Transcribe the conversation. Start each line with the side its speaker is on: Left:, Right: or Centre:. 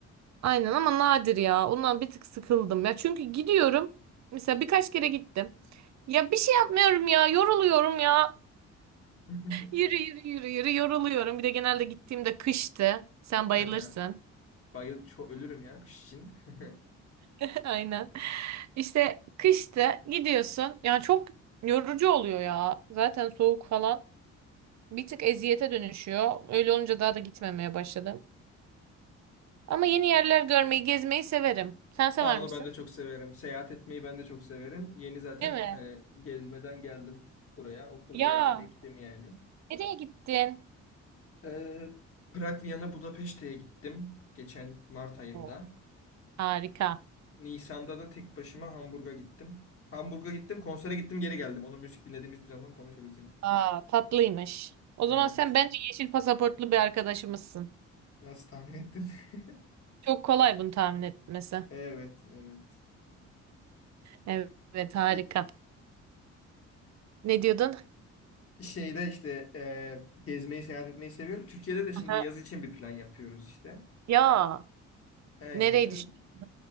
Right: Aynen ama nadir ya. Ondan bir tık sıkıldım ya. Çünkü gidiyorum. Mesela birkaç kere gittim. Ya bir şey yapmıyorum ya. Yoruluyorum ya.
Left: <laughs>
Right: Yürü yürü yürü yürü yoruluyorum. Bir de genelde gittiğimde kıştı. Sen bayılırsın.
Left: Aha. Bayıl çok ölürüm ya kış için. <laughs>
Right: <laughs> Aynen. İşte kıştı gidiyorsun. Yani çok yorucu oluyor ya. Zaten soğuk falan. Bir tık eziyete dönüşüyor. Öyle olunca daha da gitmemeye başladım. Ama yeni yerler görmeyi, gezmeyi severim. Sen sever
Left: Aa, onu
Right: misin?
Left: ben de çok severim. Seyahat etmeyi ben de çok severim. Yeni zaten
Right: Değil mi?
Left: hani gezmeden geldim buraya. Okulu
Right: Ya
Left: birazcık ektim yani.
Right: nereye gittin?
Left: Ee, Prag, Viyana, Budapeşte'ye gittim geçen Mart ayında.
Right: Oo, Harika.
Left: Nisan'da da tek başıma Hamburg'a gittim. Hamburg'a gittim, konsere gittim, geri geldim. Onu müzik dinlediğimiz bir zaman konuşuruz yine.
Right: Aa, tatlıymış. O
Left: Evet.
Right: zaman sen bence yeşil pasaportlu bir arkadaşımızsın.
Left: Nasıl tahmin ettin? <laughs>
Right: Çok kolay bunu tahmin etmesi.
Left: Evet, evet.
Right: Evet, harika.
Left: E,
Right: Ne diyordun?
Left: şeyde işte e, gezmeyi, seyahat etmeyi seviyorum. Türkiye'de de şimdi
Right: Aha.
Left: yaz için bir plan yapıyoruz işte.
Right: Ya
Left: Aynen
Right: nereyi
Left: öyle.
Right: düşünüyorsun?